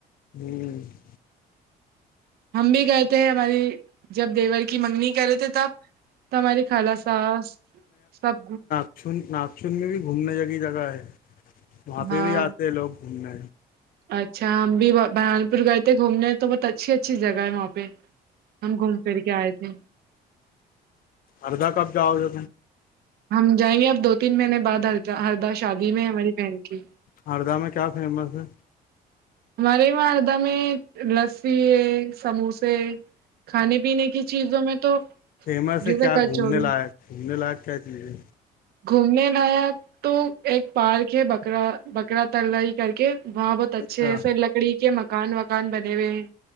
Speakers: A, on the left (about 55°); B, on the right (about 70°).
A: ہ <unintelligible>
B: ہم بھی کہتے ہیں ہماری جب دیور کی منگنی کرے تھے تب تب ہماری خالا ساس سب
A: ناچن ناگچن میں بھی گھومنے جگ جگہ ہے وہاں پہ
B: ہاں
A: بھی آتے ہیں لوگ گھومنے
B: اچھا ہم بھی بہران پور گئے تھے گھومنے تو بہت اچھی اچھی جگہ ہے وہاں پہ ہم گھوم پھر کے آئے تھے
A: اردا کب جاؤ گے
B: ہم جائیں گے اب دو تین مہینے بعد ہر ہردہ شادی میں ہماری بہن کی
A: ہردہ میں کیا فیمس ہے
B: ہمارے وہاں ہردہ میں لسی ہے سموسے کھانے پینے کی چیزوں میں تو
A: فیمس
B: جیسے
A: ہے کیا
B: کچوروری
A: گھومنے لائق گھومنے لائق کیا چیز ہے
B: گھومنے لائق تو ایک پارک ہے بکرا بکرا تلائی کر کے وہاں پرہ
A: اچھا
B: اچھے سے لکڑی کے مکان وکان بنے ہوئے ہیں